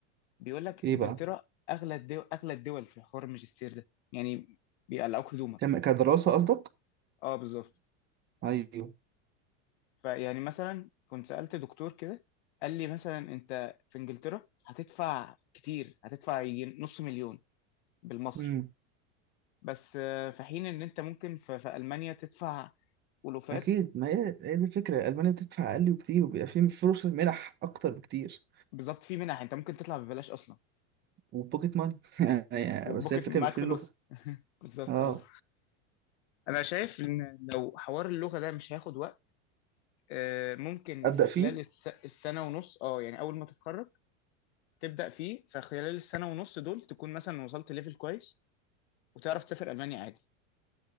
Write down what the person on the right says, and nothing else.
ايه
بقى
كم- كدراسه قصدك
ايوه
مم.
اكيد ما هي هي دي الفكره المانيا بتدفع اقل بكتير وبيبقى في فرصه منح اكتر بكتير
وبوكيت ماني <laughs> يعني
بس هي الفكره
بيبقى في
اللغه
اه
ابدا
فيه